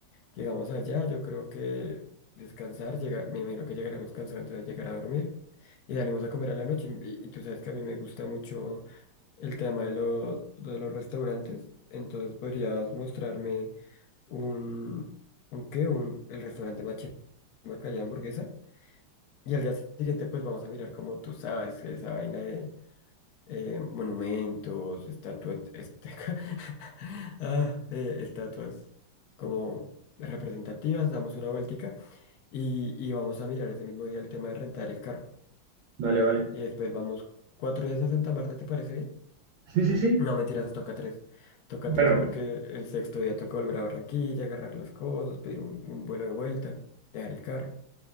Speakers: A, on the left (about 70°); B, on the right (about 75°).
A: Llegamos allá, yo creo que descansar, llega, me imagino que llegaremos cansados, entonces llegar a dormir y salimos a comer a la noche. Y, y tú sabes que a mí me gusta mucho. el tema de, lo- de los restaurantes. Entonces podrías mostrarme un, un qué, un, el restaurante más chimba que haya hamburguesa. Y al día siguiente pues vamos a mirar como tú sabes, que esa vaina de eh, monumentos, estatuas, este, <laughs> ah, eh, estatuas como representativas, damos una vueltica y, y vamos a mirar ese mismo día el tema de rentar el carro.
B: Vale, vale.
A: Y después vamos cuatro días a Santa Marta, ¿te parece bien?
B: Sí, sí, sí.
A: No, mentiras, toca tres. Toca
B: Bueno,
A: tres porque el sexto día toca volver a Barranquilla, agarrar las cosas, pedir un, un vuelo de vuelta, dejar el carro.